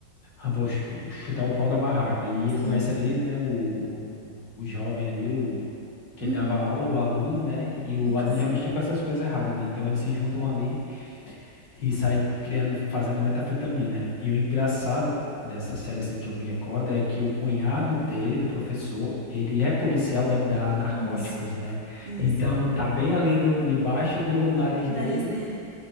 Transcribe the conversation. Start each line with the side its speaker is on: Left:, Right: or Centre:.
Left: eu vou ch- chutar o pau da barraca". E
Right: Sim.
Left: ele conhece ali, né, o, o jovem ali, o que
Right: Uhum.
Left: dava aula, o aluno, né? E o
Right: Isso.
Left: aluno já mexia com essas coisas erradas, né? Então eles se juntam ali e sai criando, fazendo metafetamina. E o engraçado dessa série, assim, que eu me recordo é que o cunhado dele, do professor, ele é policial da, da Narcóticos,
Right: Isso.
Left: né?
Right: Isso.
Left: Então tá bem ali do, debaixo do nariz
Right: O
Left: dele
Right: nariz dele.